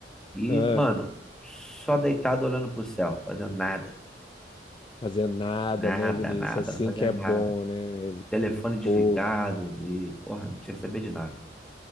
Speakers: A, in the centre; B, on the left (about 25°).
A: E,
B: Ah,
A: mano, só deitado olhando pro céu, fazendo nada,
B: fazer nada,
A: nada,
B: né, Vinícius?
A: nada,
B: Assim
A: não fazia
B: que é
A: nada.
B: bom, né? velho?
A: Telefone desligado
B: Pô,
A: e, porra, não tinha que saber de nada.